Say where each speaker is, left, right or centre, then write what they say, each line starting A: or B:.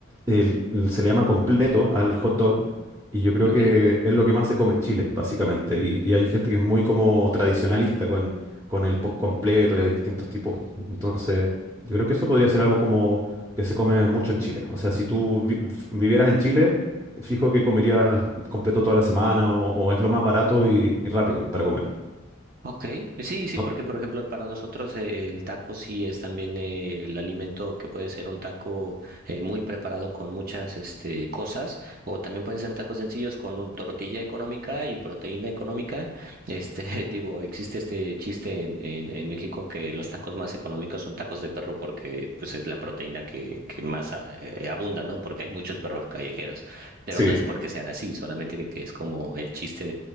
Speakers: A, on the right (about 20°); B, on the right (about 45°).
A: el- el- se le llama completo al hot dog y yo creo
B: Ok.
A: que es lo que más se come en Chile, básicamente. Y, y hay gente que es muy como tradicionalista con, con el po- completo y hay distintos tipos. Entonces, yo creo que eso podría ser algo como que se come mucho en Chile. O sea, si tú vi- f- vivieras en Chile, fijo que comerías completo toda la semana o, o es lo más barato y, y rápido para comer.
B: Ok, eh, sí, sí,
A: ¿no?
B: porque por ejemplo para nosotros eh, el taco sí es también eh, el alimento que puede ser un taco eh, muy preparado con muchas este, cosas o también pueden ser tacos sencillos con un- tortilla económica y proteína económica. Este, <laughs> digo, existe este chiste en, en, en México que los tacos más económicos son tacos de perro porque pues es la proteína que, que más ah, eh, abunda, ¿no? Porque hay muchos perros callejeros, pero
A: Sí,
B: no es porque sean así, solamente que, que es como el chiste